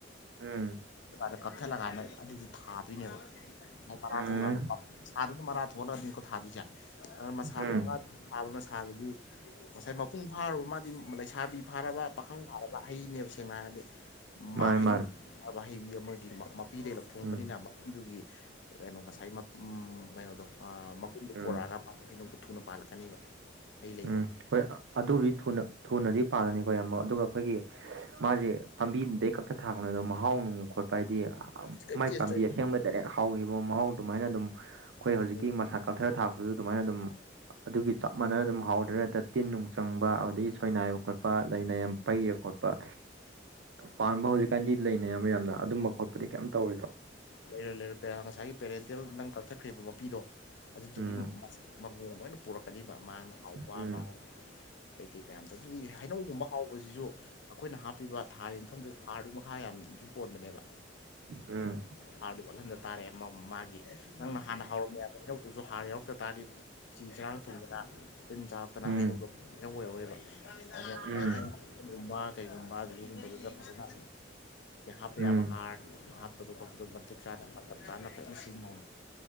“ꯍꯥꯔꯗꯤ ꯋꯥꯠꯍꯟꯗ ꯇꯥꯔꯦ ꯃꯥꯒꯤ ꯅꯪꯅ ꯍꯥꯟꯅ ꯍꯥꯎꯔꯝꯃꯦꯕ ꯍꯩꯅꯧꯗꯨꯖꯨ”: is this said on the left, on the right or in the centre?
Left